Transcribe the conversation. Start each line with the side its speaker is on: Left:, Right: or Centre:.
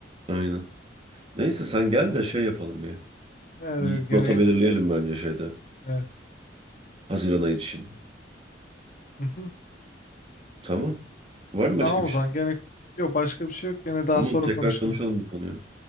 Right: Aynen. Neyse sen gel
Left: Ha,
Right: de şey yapalım ya.
Left: Evet,
Right: Bir
Left: evet, gene
Right: Rota belirleyelim bence şeyde.
Left: evet.
Right: Haziran ayı için.
Left: Hı hı.
Right: Tamam. Var mı başka
Left: Tamam
Right: bir
Left: o
Right: şey?
Left: zaman gene yok başka bir şey yok gene daha
Right: Tamam
Left: sonra
Right: tekrar
Left: konuşuruz.
Right: konuşalım bu konuyu.